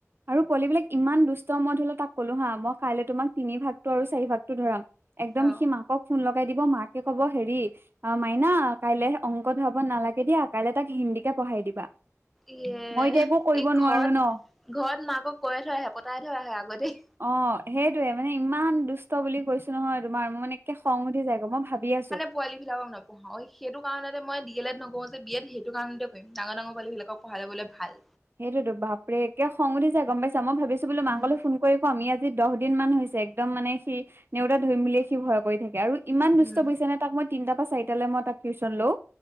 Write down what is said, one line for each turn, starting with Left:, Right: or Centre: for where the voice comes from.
Right: আৰু পোৱালিবিলাক ইমান দুষ্ট মই ধৰিল তাক ক'লো হা মই কাইলৈ তোমাক তিনি ভাগটো আৰু চাৰি ভাগটো ধৰাম একদম
Centre: অ
Right: সি মাকক ফোন লগাই দিব মাকে ক'ব হেৰি আ, মাইনা কাইলে অংক ধৰাব নালাগে দিয়া, কাইলে তাক হিন্দীকে পঢ়াই দিবা।
Centre: য়ে,
Right: মই এতিয়া একো কৰিব
Centre: ই ঘৰত
Right: নোৱাৰো ন
Centre: ঘৰত মাকক কৈ থৈ আহে, পতাই থৈ আহে আগতেই।
Right: অ' সেইটোৱেই মানে ইমান দুষ্ট বুলি কৈছোঁ নহয় তোমাৰ মোৰ মানে একে খং উঠি যায় গৈ মই ভাবি আছোঁ।
Centre: পোৱালিবিলাকক নপঢ়াও, সেইটো কাৰণতে মই ডি এল এড নকৰোঁ যে, বি এড সেইটো কাৰণতে কৰিম ডাঙৰ ডাঙৰ পোৱালিবিলাকক পঢ়াই যাবলৈ ভাল।
Right: সেইটোতো, বাপৰে একে খং উঠি যায় গম পাইছা, মই ভাবিছো বোলো মাকলৈ
Centre: উম
Right: ফোন কৰি কম, ই আজি দহদিনমান হৈছে একদম মানে সি নেওতা ধৰি বুলিয়ে সি ভয় কৰি থাকে আৰু ইমান দুষ্ট
Centre: উম
Right: বুজিছা নে তাক মই তিনটাৰপৰা চাৰিটালৈ মই তাক টিউচন লওঁ